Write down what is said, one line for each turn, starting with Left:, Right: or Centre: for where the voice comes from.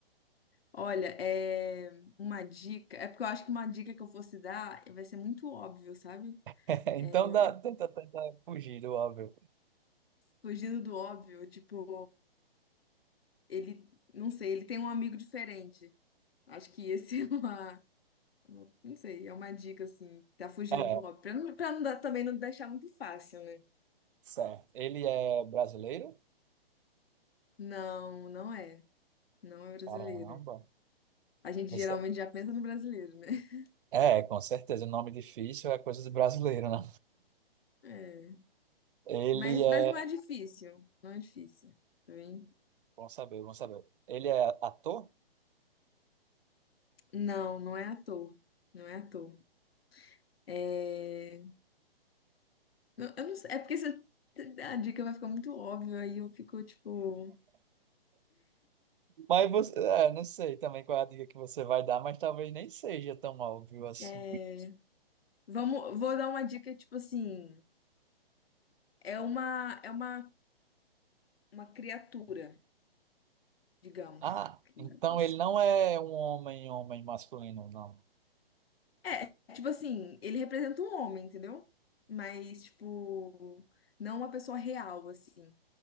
Left: Olha, é uma dica. É porque eu acho que uma dica que eu fosse dar vai ser muito óbvio, sabe?
Right: <laughs> Então
Left: É,
Right: dá, tenta, tenta fugir do óbvio.
Left: fugindo do óbvio, tipo, ele, não sei, ele tem um amigo diferente. Acho que esse <laughs> é uma, não sei, é uma dica assim, que tá fugindo
Right: É,
Left: do óbvio, pra não, pra não dar, também não deixar muito fácil, né?
Right: certo. Ele é brasileiro?
Left: Não, não é, não é brasileiro.
Right: Caramba.
Left: A gente
Right: Você...
Left: geralmente já pensa no brasileiro, né? <laughs>
Right: É, com certeza, o nome difícil é coisa de brasileiro, né?
Left: É.
Right: Ele
Left: Mas,
Right: é...
Left: mas não é difícil, não é difícil, tá bem?
Right: Bom saber, bom saber. Ele é ator?
Left: Não, não é ator, não é ator. É... não- Eu não sei, é porque se eu- a dica vai ficar muito óbvia aí eu fico tipo,
Right: Mas você... É, não sei também qual é a dica que você vai dar, mas talvez nem seja tão óbvio assim.
Left: é, vamos, vou dar uma dica tipo assim, é uma é uma, uma criatura, digamos.
Right: Ah,
Left: Isso.
Right: então ele não é um homem, homem masculino, não.
Left: É, é tipo assim, ele representa um homem, entendeu? Mas tipo, não uma pessoa real assim.